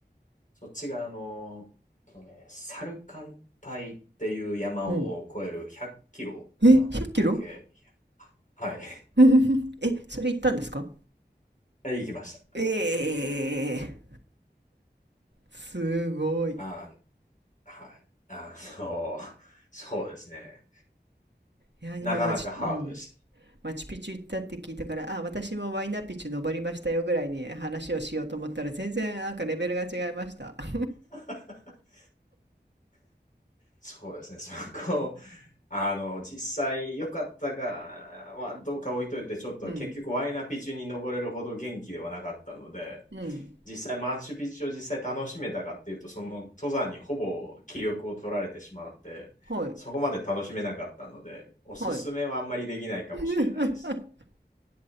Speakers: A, on the left; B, on the right.
A: そっちがあの、そうね、サルカン帯っていう山を越える100キロかな合計。
B: うん。え、100キロ
A: はい。
B: <laughs> え、それ行ったんですか
A: <laughs> 行きました。
B: ええすごい。
A: あー、はい。あー、そう、そうですね。
B: いや、今マチ、
A: なかなかハードでした。
B: うん、マチュピチュ行ったって聞いたから、あ、私もワイナピチュ登りましたよぐらいに話をしようと思ったら、全然なんかレベルが違いました。<laughs>
A: <laughs> そうですね、そこ、あの、実際良かったかはどうか置いといて、ちょっと結局ワイナピチュに登れるほど元気ではなかったので、
B: うん、うん、
A: 実際マッチュピチュを実際楽しめたかっていうと、その登山にほぼ気力を取られてしまって、
B: はい、
A: そこまで楽しめなかったので、おすすめはあんまりできないかもしれないです。
B: はい。<laughs>